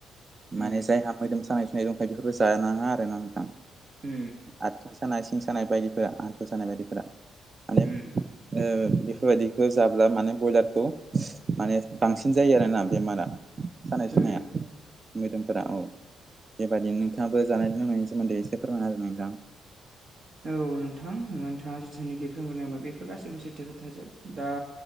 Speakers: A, on the right; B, on the right.
A: उम
B: माने जायहा मोदोम सानाय सुनाय दंखायो बेफोरबो जानाङा आरो आरोना नोंथां
A: उम
B: आथिं सानाय सिं सानाय बायदिफोरा हान्थु सानाय बायदिफोरा माने
A: उम
B: बेफोरबायदिखौ जाब्ला माने ब्रयलारखौ माने बांसिन जायो आरोना बेमारा। सानाय
A: उम
B: सुनाया मोदोमफोरा औ बेबायदिनो नोंथाङाबो जानाय बुंनायनि सोमोनदै एसे फोरमायना होदो नोंथां।
A: औ नोंथां नोंथाङा जिथुनिखि फोरमायलांबाय बेफोर गासैबो सैथो खोथाजोब दा